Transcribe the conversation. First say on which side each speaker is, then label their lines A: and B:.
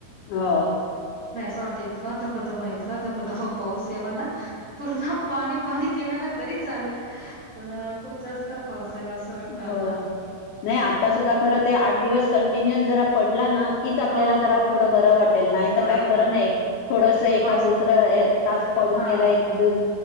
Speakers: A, on the left (about 75°); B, on the right (about 70°).
A: ह
B: मला तर वाटतं इतका दधबदमा इतका अधबादमा पाऊस यावा ना पूर्ण पाणी पाणी केलं ना तरी चालेल पण अ खूप जास्त पाऊस यावा असं वाटतं
A: अ
B: आता
A: नाही आता सुद्धा खरं ते आठ दिवस कंटिन्युअस जरा पडला ना तिच आपल्याला
B: हो हो
A: जरा थोडं बरं वाटेल नाही तर
B: बरं
A: काय खरं
B: वाटेल
A: नाही थोडस एखाद
B: पाऊस
A: दुसरं तास पडून
B: हा
A: गेला एक दि